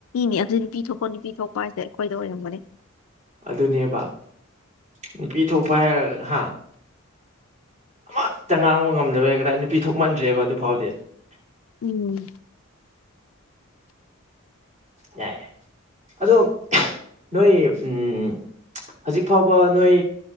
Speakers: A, on the left; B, on the right.
A: ꯃꯤꯅꯦ ꯑꯗꯨ ꯅꯨꯄꯤ ꯊꯣꯛꯄ ꯅꯨꯄꯤ ꯊꯣꯛꯄ ꯍꯥꯏꯁꯦ ꯑꯩꯈꯣꯏꯗ ꯑꯣꯏꯔꯝꯒꯅꯤ
B: ꯑꯗꯨꯅꯦꯕ ꯅꯨꯄꯤ ꯊꯣꯛꯄ ꯍꯥꯏꯔꯒ ꯍꯥ ꯑꯃꯠꯇ ꯉꯥꯡꯕ ꯉꯝꯗꯕ ꯍꯥꯏꯒꯗ꯭ꯔꯥ ꯅꯨꯄꯤ ꯊꯣꯛꯃꯟꯗ꯭ꯔꯦꯕ ꯑꯗꯨ ꯐꯥꯎꯗꯤ
A: ꯎꯝ
B: ꯌꯥꯏ ꯌꯥꯏ ꯑꯗꯣ ꯅꯣꯏ ꯎꯝ ꯍꯧꯖꯤꯛ ꯐꯥꯎꯕ ꯅꯣꯏ